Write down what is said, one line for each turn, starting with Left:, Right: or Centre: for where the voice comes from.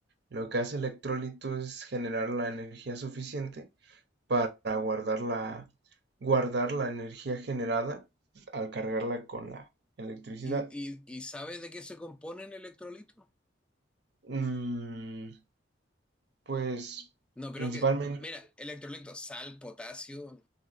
Right: Lo que hace electrolito es generar la energía suficiente para guardar la, guardar la energía generada al cargarla con la electricidad.
Centre: ¿Y, y, y sabes de qué se compone el electrolito?
Right: Mm, pues
Centre: No creo
Right: principalmente,
Centre: que... Mira, electrolito, sal, potasio,